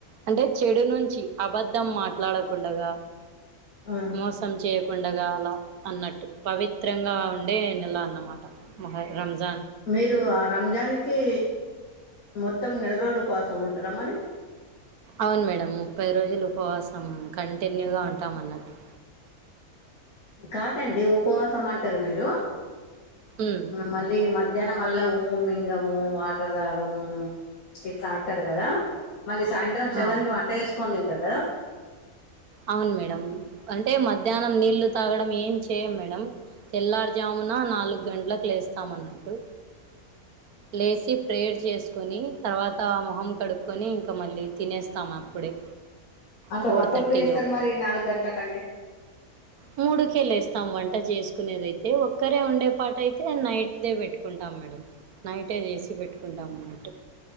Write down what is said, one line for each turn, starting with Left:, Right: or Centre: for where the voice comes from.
Right: అంటే చెడు నుంచి అబద్ధం మాట్లాడకుండగా
Left: ఉమ్
Right: మోసం చె యకుండగా పండగాల అన్నట్టు పవిత్రంగా ఉండే నెల అన్నమాట మ రంజ
Left: మీరు ఆ రంజాన్ కి మొత్తం నెల రోజులు ఉపాసం ఉంటారా మరి
Right: అవును మేడం ముప్పై రోజులు ఉపవాసం కంటిన్యూగా ఉంటాం అన్నట్టు
Left: కాదండి ఉపవాసం అంటారు మీరు
Right: ఉమ్
Left: మళ్ళీ మధ్యాహ్నం మళ్ళ ఉమ్ము మింగము వాటర్ దాగము ఇట్లా అంటారు కదా మళ్ళీ సాయంత్రం సెవెన్కి
Right: ఆ
Left: వంట చేసుకొని తింటారు కదా
Right: అవును మేడం అంటే మధ్యాహ్నం నీళ్లు తాగడం ఏం చేయం మేడం తెల్లారు జామున నాలుగు గంటలకు లేస్తాం అన్నట్టు లే సి ప్రేయర్ చేసుకొని తర్వాత మొహం కడుక్కొని ఇంకా మళ్ళీ తినేస్తాము అప్పుడే
Left: అంటే
Right: ఫోర్
Left: వంట
Right: థర్టీ
Left: ఎప్పుడు చేస్తారు
Right: లోపు
Left: మరి నాలుగు గంటలకంటే
Right: మూడుకెళ్ళేస్తాం వంట చేసుకునేది అయితే ఒక్కరే ఉండే పాటయితే నైట్ దే పెట్టుకుంటాం మేడం నైటే చేసి పెట్టుకుంటాం అన్నట్టు